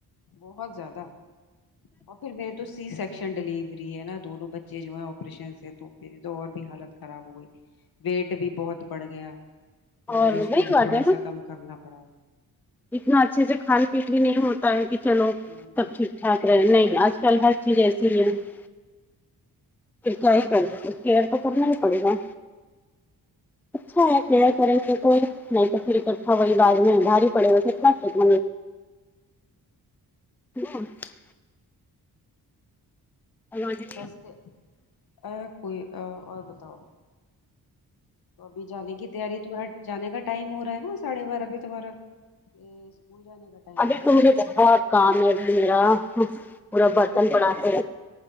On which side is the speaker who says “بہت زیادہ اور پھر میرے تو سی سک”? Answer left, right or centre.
Left